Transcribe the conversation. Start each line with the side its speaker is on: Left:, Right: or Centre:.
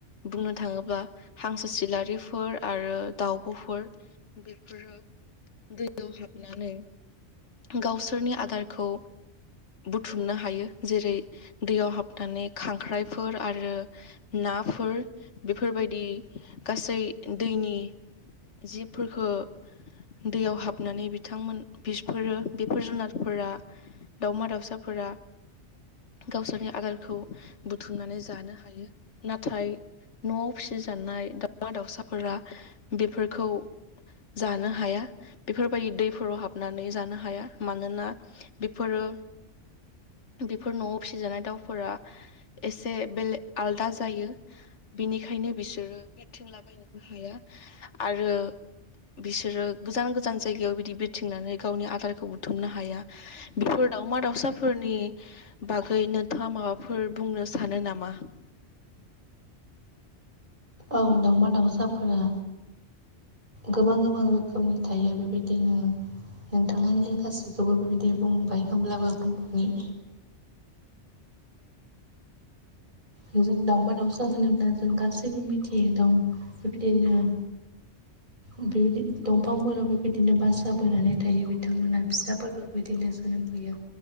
Left: बुंनो थाङोब्ला हांसो सिलारिफोर आरो दाावब'फोर बेफोरो दैयाव हाबनानै गावसोरनि आदारखौ बुथुमनो हायो जेरै दैयाव हाबनानै खांख्राइफोर आरो नाफोर बेफोरबायदि गासै दैनि जिबफोरखौ दैयाव हाबनानै बिथांमोन बिसफोरो बेफोर जुनारफोरा दाउमा दाउसाफोरा गावसोरनि आगारखौ बुथुमनानै जानो हायो नाथाय न'आव फिसिजानाय दाावमा दाउसाफोरा बेफोरखौ जानो हाया बेफोरबायदि दैफोराव हाबनानै जानो हाया मानोना बेफोरो बेफोर न'आव फिसिजानाय दाउफोरा एसे बेले आलदा जायो बिनिखायनो बिसोरो बिरथिंलाबायनोबो हाया आरो बिसोरो गोजान गोजान जायगायाव बिदि थिंनानै गावनि आदारखौ बुथुमनो हाया बेफोर दाावमा दाउसाफोरनि बागै नोंथाङा माबाफोर बुंनो सानो नामा
Right: औ दावमा दाउसाफोरा गोबां गोबां रोखोमनि थायो बेबायदिनो नोंथाङानो गासैखौबो बेबायदि बुंबाय होनोमब्लाबो बुंफनि जों दाावबा दाउसा होनोब्ला जों गासैबो मिथियो दाउ बिबदिनो
Left: <inaudible>
Right: बेबायदि दंफांफोराव बेबायदिनो बासा बोनानै थायो बिथांमोनहा फिसाफोर बेबायदिनो सोलोंफैयो